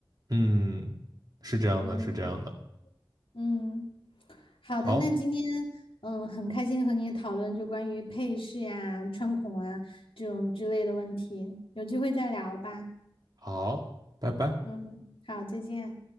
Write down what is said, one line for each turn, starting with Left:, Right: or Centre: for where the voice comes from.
Right: 嗯，是这样的，
Left: 嗯。
Right: 是这样的，
Left: 嗯，好的，
Right: 好，
Left: 那今天嗯很开心和你讨论就关于配饰呀、穿孔啊这种之类的问题，有机会再聊吧。
Right: 好，拜拜。
Left: 嗯，好，再见。